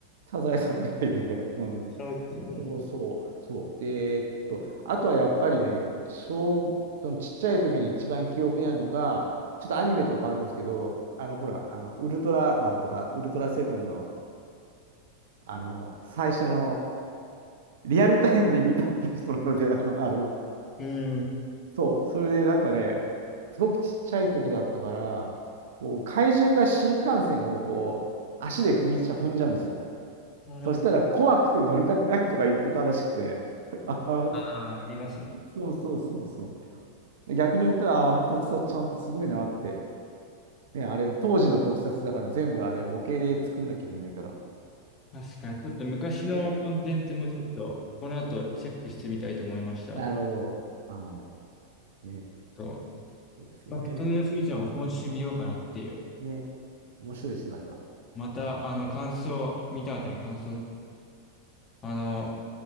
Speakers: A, on the right; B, on the left.
A: サザエさんぐらいで。<laughs> うん。
B: そうですよね。
A: そうそう、そう。で、えっと、あとはやっぱりね、小、そのちっちゃい時に一番記憶にあるのが、ちょっとアニメとは変わるんですけど、あの、ほら、あの、ウルトラマンとか、ウルトラセブンの、あの、最初の、リアルタイムで見たっていう人なので、あの、あれを。
B: うん。
A: そう、それでなんかね、すごくちっちゃい時だったから、こう怪獣が新幹線をこう足で踏みちゃ、踏んじゃうんですよ。
B: なるほど。
A: そしたら怖くて乗りたくないとか言ってたらしくて、<laughs> ああ、
B: ああ、ありますよね。
A: そうそうそうそう。逆に言ったら、あの特撮ちゃんとすごいなって。ね、あれ、当時の特撮だから全部あれ、模型で作んなきゃいけないから。
B: 確かに。ちょっと昔のコンテンツもちょっと、
A: ね、
B: この後チェックしてみたいと思いました。
A: なるほど。はい。ね、
B: と、
A: そうですよね。
B: バックトゥザフューチャーも今週見ようかなっていう。
A: ね、面白いですよ、あれは。
B: また、
A: うん、
B: あの、感想、見た後に感想、あの、